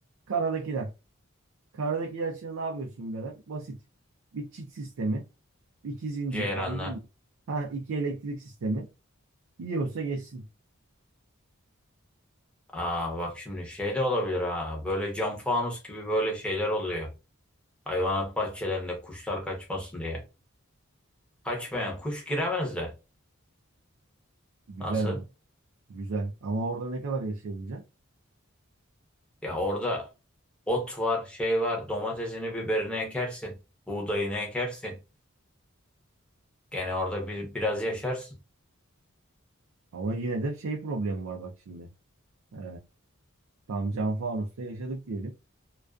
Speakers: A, on the right; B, in the centre.
A: Karadakiler. Karadakiler için ne yapıyorsun birader? Basit. Bir çit sistemi, iki zincir
B: Ceyran'la.
A: anladın mı? Ha iki elektrik sistemi. Yiyorsa geçsin.
B: Aa bak şimdi şey de olabilir ha. Böyle cam fanus gibi böyle şeyler oluyor. Hayvanat bahçelerinde kuşlar kaçmasın diye. Kaçmayan kuş giremez de.
A: Güzel
B: Nasıl?
A: mi? Güzel. Ama orada ne kadar yaşayabileceksin?
B: Ya orada ot var, şey var. Domatesini, biberini ekersin. Buğdayını ekersin. Gene orada bir, biraz yaşarsın.
A: Ama yine de şey problemi var bak şimdi. Ee, tam cam fanusta yaşadık diyelim.